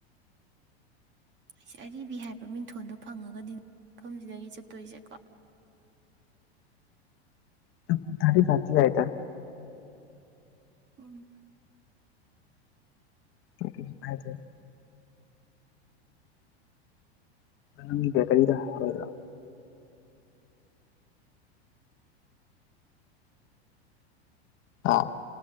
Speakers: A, on the right; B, on the left.
A: ꯑꯩꯁꯦ ꯑꯔꯤꯕ ꯍꯥꯏꯕ ꯃꯤꯡꯊꯣꯟꯗꯣ ꯐꯪꯉꯒꯅꯤ ꯃꯐꯝꯁꯤꯗꯒꯤ ꯆꯠꯇꯣꯏꯁꯦꯀꯣ
B: ꯊꯥꯔꯇꯤ ꯐꯥꯏꯐꯇꯤ ꯌꯥꯏꯗ
A: ꯎꯝ
B: <unintelligible> ꯅꯪ ꯕꯦꯀꯔꯤꯗ ꯍꯥꯔꯣꯏꯗ꯭ꯔꯣ ꯑꯥ